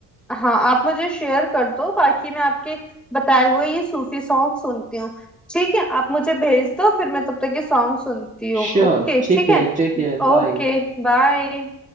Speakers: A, in the centre; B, on the right.
A: हाँ आप मुझे शेयर कर दो बाकी मैं आपके बताए हुए ये सूफी सॉन्ग सुनती हूँ ठीक है आप मुझे भेज दो फिर मैं तब तक ये सॉन्ग सुनती हूँ
B: श्योर
A: ओके
B: ठीक
A: ठीक
B: है
A: है
B: टेक केयर बाय
A: Okay bye